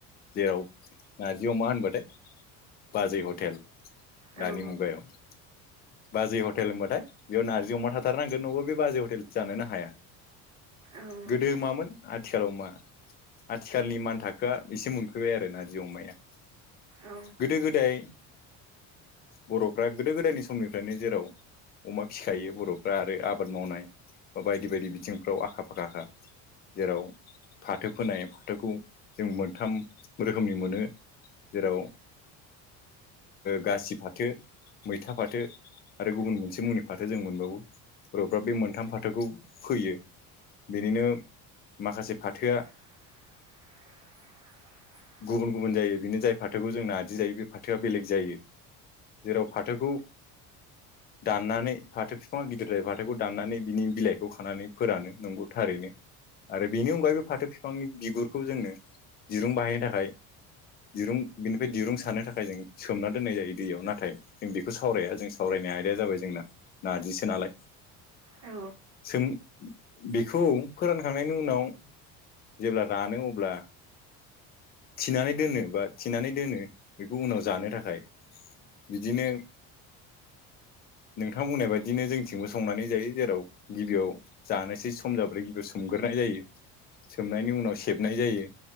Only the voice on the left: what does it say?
जेराव नारजि अमा होनबाथाय बाजै हटेल
दानि मुगायाव। बाजै हटेल होनबाथाय बेयाव नारजि अमा थाथारनांगोन न'बो बे बाजै हटेल जोनो हाया।
गोदो मामोन आथिखालाव मा। आथिखालनि मान थाखोआ एसे मोनफैबाय आरो नारजि अमाया।
गोदो गोदाय बर'फ्रा गोदो गोदायनि समनिफ्रायनो जेराव अमा फिखायो बर'फ्रा आरो आबाद मावनाय बा बायदि बायदि बिथिंफ्राव आखा फखाखा जेराव फाथो फोनाय फाथोखौ जों मोनथाम रोखोमनि मोनो। जेराव गासि फाथो मैथा फाथो आरो गुबुन मोनसे मुंनि फाथो जों मोनबावो बर'फ्रा बे मोनथाम फाथोखौ फैयो। बेनिनो माखासे फाथोआ
गुबुन गुबुन जायो बिनो जाय फाथोखौ जोंना आजि जायो बे फाथोआ बेलेग जायो। जेराव फाथोखौ दाननानै फाथो बिफाङा गिदिरदाय फाथोखौ दाननानै बिनि बिलाइखौ खानानै फोरानो नोंगौ। थारैनो आरो बेनि अनगायैबो फाथो बिफांनि बिगुरखौ जोंनो दिरुं बाहायनो थाखाय दिरुं बिनिफ्राय दिरुं सानो थाखाय जों सोमना दोननाय जायो दैयाव नाथाय जों बेखौ सावराया जों सावरायनाय आयदाया जाबाय जोंना नारजिसो नालाय।
सों बे खौ फोरानखांनायनि उनाव जेब्ला रानो अब्ला थिनानै दोनो बा थिनानै दोनो बेखौ उनाव जानो थाखाय। बिदिनो नोंथां बुंनाय बायदिनो जोंथिंबो संनानै जायो जेराव गिबियाव जानोसै स सम जाब्रै गिबियाव सोमगोरनाय जायो। सोमनायनि उनाव सेबनाय जायो